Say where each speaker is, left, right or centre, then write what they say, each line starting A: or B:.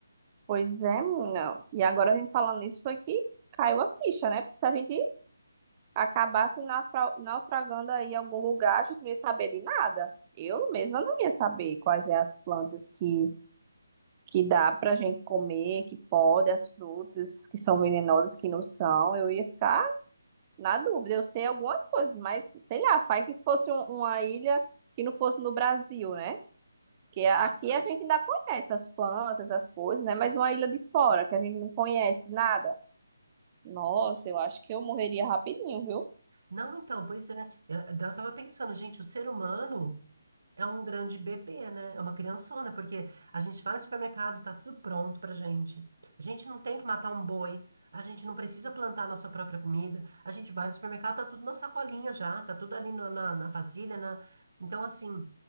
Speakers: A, on the right; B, on the right.
A: Pois é, menina. E agora a gente falando nisso foi que caiu a ficha, né? Porque se a gente acabasse naufra- naufragando aí em algum lugar, a gente não ia saber de nada. Eu mesma não ia saber quais é as plantas que que dá pra gente comer, que pode, as frutas que são venenosas, que não são, eu ia ficar na dúvida. Eu sei algumas coisas, mas sei lá, faz que fosse um- uma ilha que não fosse no Brasil, né? Porque aqui a gente ainda conhece as plantas, as coisas, né? Mas uma ilha de fora, que a gente não conhece nada. Nossa, eu acho que eu morreria rapidinho, viu?
B: Não, então, pois é. Eu, eu tava pensando, gente, o ser humano é um grande bebê, né? É uma criançona, porque a gente vai no supermercado, tá tudo pronto pra gente. A gente não tem que matar um boi, a gente não precisa plantar nossa própria comida. A gente vai no supermercado, tá tudo na sacolinha já, tá tudo ali na, na, na vasilha, né? Então, assim,